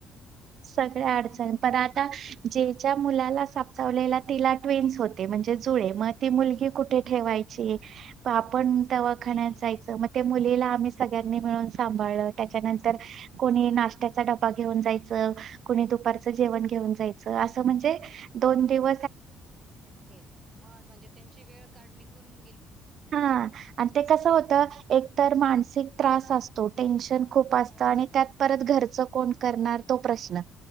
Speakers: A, on the right (about 60°); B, on the right (about 45°).
A: सगळ्या अडचण पण आता ज्याच्या मुलाला सापचावलेला तिला ट्वेन्स होते म्हणजे जुळे मग ती मुलगी
B: ब-
A: कुठे हेवाय आपण
B: बरोबर
A: दवाखान्या मग ते मुलीला आम्ही सगळ्यांनी मिळून सांभाळ त्याच्यानंतर कोणी नाशत्याचा डबा घेऊन जायच दुप जेवण घेऊन जाच अस म्हणजे दोन दिव
B: य मग म्हणजे त्यांची वेळ काढ बोण
A: हा आणि ते कसं होत एक तर मानसिक त्रास असतो तो टेन्शन खूप असत
B: हो
A: आणि
B: हो
A: त्यात परत घरच कोण करणार तो प्रश्न